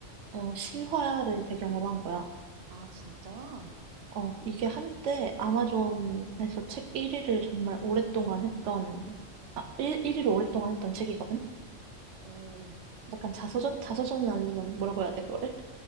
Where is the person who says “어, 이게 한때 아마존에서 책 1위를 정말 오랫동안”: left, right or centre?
Right